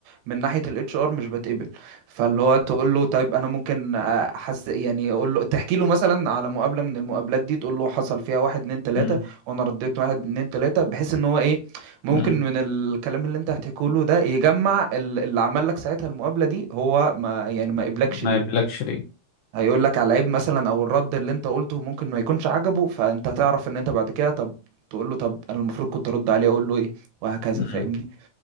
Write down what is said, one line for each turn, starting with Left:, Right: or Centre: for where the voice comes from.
Right: من ناحيه الاتش ار مش بتقبل فاللي هو تقول له طيب انا ممكن احس يعني اقول له تحكي له مثلا على مقابله من المقابلات دي تقول له حصل فيها واحد اتنين تلاته
Left: امم
Right: وانا رديت واحد اتنين تلاته بحيث ان هو ايه ممكن
Left: مم.
Right: من الكلام اللي انت هتحكيه له ده يجمع ال- اللي عمل لك ساعتها المقابله دي هو ما يعني ما قبلكش
Left: ما
Right: ليه
Left: يبلكش ليه
Right: هيقول لك على عيب مثلا او الرد اللي انت قلته ممكن ما يكونش عجبه فانت هتعرف ان انت بعد كده طب تقول له طب انا المفروض كنت ارد عليه اقول له ايه وهكذا
Left: مم.
Right: فاهمني